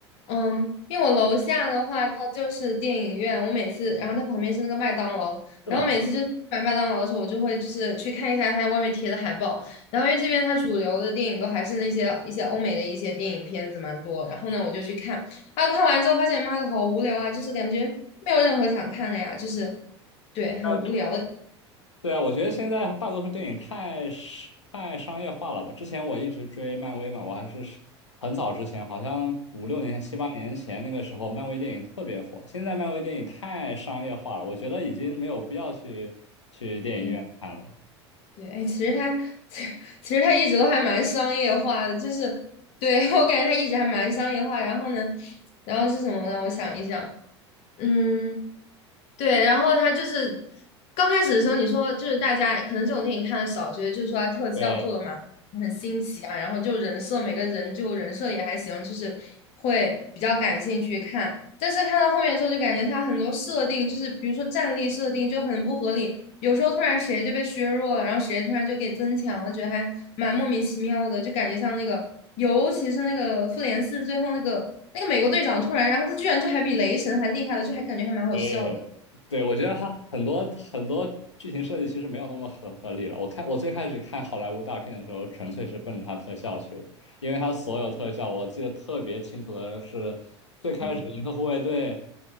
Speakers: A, on the left; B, on the left.
A: 嗯，因为我楼下的话，它就是电影院，我每次，然后它旁边是那个麦当劳，
B: 是吗？
A: 然后每次就买麦当劳的时候，我就会就是去看一下它外面贴的海报，然后因为这边它主流的电影都还是那些一些欧美的一些电影片子蛮多，然后呢，我就去看，啊，看完之后发现妈的好无聊啊，就是感觉没有任何想看的呀，就是，对，很无聊的，
B: 吧？对啊，我觉得现在大多数电影太是太商业化了吧？之前我一直追漫威嘛，我还是是很早之前，好像五六年前、七八年前那个时候，漫威电影特别火。现在漫威电影太商业化了，我觉得已经没有必要去去电影院看了。
A: 对。对，哎，其实他 <laughs> 其实他一直都还蛮商业化的，就是对 <laughs> 我感觉他一直还蛮商业化。然后呢，然后是什么呢？我想一想，嗯。对，然后他就是刚开始的时候，你说就是大家可能这种电影看的少，觉得就是说他特效做的嘛很新奇啊，
B: 对，
A: 然后就人设每个人就人设也还行，就是会比较感兴趣看。但是看到后面之后，就感觉他很多设定就是比如说战力设定就很不合理，有时候突然谁就被削弱了，然后谁突然就给增强了，觉得还蛮莫名其妙的，就感觉像那个，尤其是那个复联四最后那个那个美国队长突然，然后他居然就还比雷神还厉害了，就还感觉还蛮好笑的。
B: 对，对，我觉得它很多很多剧情设计其实没有那么合合理了。我看我最开始看好莱坞大片的时候，纯粹是奔着它特效去的，因为它所有特效，我记得特别清楚的是，最开始《银河护卫队》
A: 对，